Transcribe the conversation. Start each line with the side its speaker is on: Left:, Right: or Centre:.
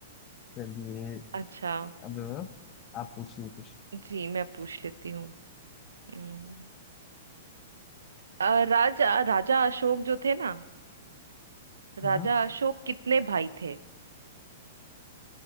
Left: चलिए
Right: अच्छा
Left: अब आप पूछिए कुछ
Right: जी मैं पूछ लेती हूँ हम्म, अ, राजा राजा अशोक जो थे ना राजा
Left: हाँ
Right: अशोक कितने भाई थे